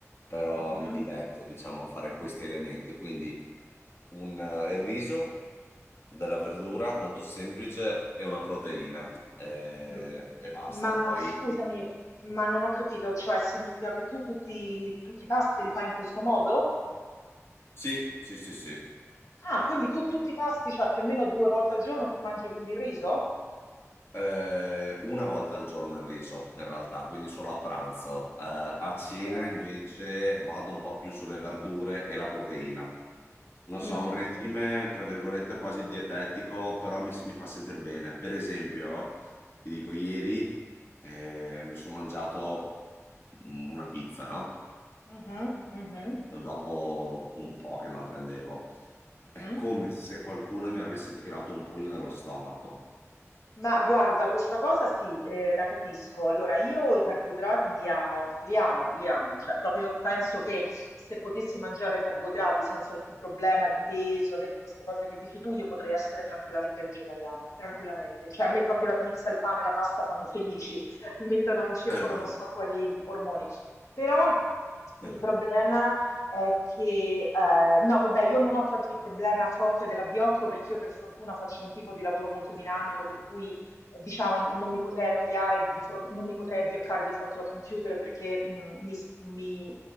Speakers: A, on the left (about 50°); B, on the left (about 80°).
A: però
B: Mhm.
A: mi diletto, diciamo, a fare questi elementi. Quindi un, eh, il riso, della verdura molto semplice e una proteina eh,
B: M-
A: e basta.
B: Ma
A: Poi
B: scusami, ma non ho capito, cioè significa che tu tutti, tutti i pasti li fai in questo modo?
A: sì, sì, sì, sì.
B: Ah, quindi tu tutti i pasti, cioè più o meno due volte al giorno tu mangi quindi il riso?
A: Eh, una volta al giorno il riso, in realtà, quindi solo a pranzo. Eh, a
B: Ok.
A: cena invece vado un po' più sulle verdure e la proteina. Non
B: Mhm,
A: so, un regime,
B: mhm.
A: tra virgolette, quasi dietetico, però mi, mi fa sentire bene. Per esempio, ti dico, ieri eh, mi sono mangiato mm, una pizza, no?
B: Mhm, mhm,
A: dopo un po' che non la prendevo.
B: mhm.
A: È come se qualcuno mi avesse tirato un pugno nello stomaco.
B: Ma guarda, questa cosa sì, eh, la capisco. Allora, io i carboidrati li amo, li amo, li amo. Cioè, proprio penso che se potessi mangiare carboidrati senza alcun problema di peso né di queste cose che dici tu, io potrei essere tranquillamente vegetariana, tranquillamente. Cioè, a me proprio la pizza, il pane, la pasta fanno felici, <laughs> mi mettono in circolo
A: Certo.
B: non so quali ormoni. Però
A: <laughs>
B: il problema è che, eh, no, vabbè, io non ho tanto il problema forte dell'abbiocco perché io per fortuna faccio un tipo di lavoro molto dinamico, per cui eh, diciamo non mi potrei annoiare, di fron- non mi potrei abbioccare di fronte al computer perché mh, mi, s- mi-